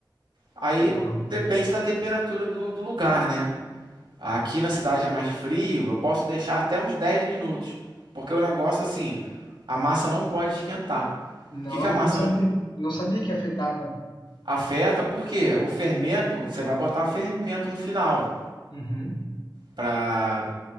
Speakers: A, on the right; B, on the left.
A: Aí
B: Legal.
A: depende da temperatura do, do lugar, né? Aqui na cidade é mais frio, eu posso deixar até uns 10 minutos. Porque o negócio, assim, a massa não pode esquentar.
B: Na
A: Por que que
B: hora,
A: a massa
B: não sabia,
A: não
B: não sabia que afetava.
A: afeta? Porque o fermento, você vai botar um fermento no final.
B: Uhum.
A: Pra.